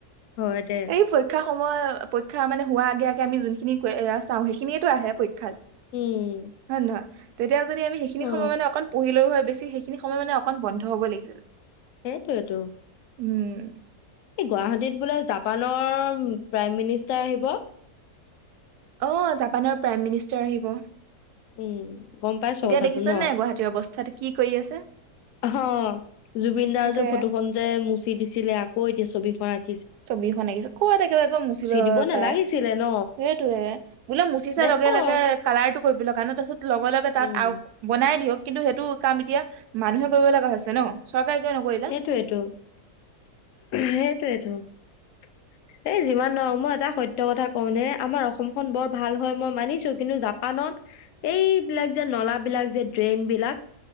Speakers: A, on the left; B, on the right.
A: হয় দে
B: এই পৰীক্ষাৰ সময় পৰীক্ষা মানে হোৱা আগে আগে আমি যোনখিনি এ চাওঁ সেইখিনিয়েতো আহে পৰীক্ষাত
A: উম
B: হয়নে নহয় তেতিয়া যদি আমি সেইখিন
A: অ
B: সময় মানে অকন পঢ়িলো হয়ে বেছি সেইখিন সময় মানে অকণ বন্ হ'ব লাগিছে
A: সেইটোৱেতো
B: উম
A: এই গুৱাহাটীত বোলে জাপানৰ প্ৰাইম মিনিষ্টাৰ আহিব
B: অ জাপানৰ প্ৰাইম মিনিষ্টাৰ আহিব
A: উম গম পাইছ
B: এতিয়া
A: কথাটো
B: দেখিছে
A: ন
B: নে নাই গুৱাহাটীৰ অৱস্থা কি কৰি আছে
A: অ জুবিন দাৰ
B: একে
A: যে ফটো খন যে মুচি দিছিলে আকৌ ছবি পৰা আকি
B: ছবিখনিছে ক'ত একে এক মুচি লৈ
A: দিব নালাগিছিলে
B: পাই
A: ন
B: সেইটোয়ে বোলে মুচিছোই
A: দেখক
B: লগে লগে কালাৰটো কৰিবলৈ কাৰণে তাৰপিছত লগে লগে তাত
A: উম
B: আৰু বনাই দিয়ক কিন্তু সেইটো কাম এতিয়া মানুহে কৰিব লগা হৈছে ন চৰকাৰে কিয় নকৰিলে
A: সেইটোৱেইটো সেইটোৱেইটো এই যিমান নোৱাৰো মই এটা সত্য কথা কওঁনে আমাৰ অসমখন বৰ ভাল হয় মই মানিছো কিন্তু জাপানত এইবিলাক যে নলা বিলাক যে ড্ৰেইন বিলাক